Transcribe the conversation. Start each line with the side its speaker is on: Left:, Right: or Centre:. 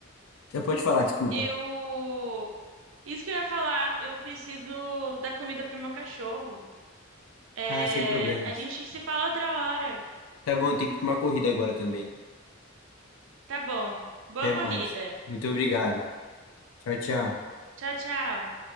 Left: Você pode falar, desculpa.
Right: Eu. Isso que eu ia falar, eu preciso dar comida pro meu cachorro. É,
Left: Ah, sem problemas.
Right: A gente se fala outra hora.
Left: Tá bom, eu tenho que ir pra uma corrida agora também.
Right: Tá bom. Boa
Left: Até
Right: corrida.
Left: mais. Muito obrigado. Tchau, tchau.
Right: Tchau, tchau.